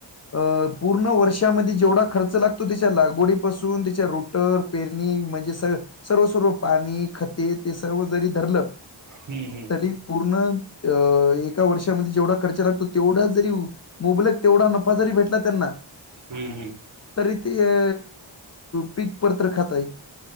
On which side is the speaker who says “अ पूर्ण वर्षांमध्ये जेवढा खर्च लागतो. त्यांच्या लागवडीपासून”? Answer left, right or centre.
Left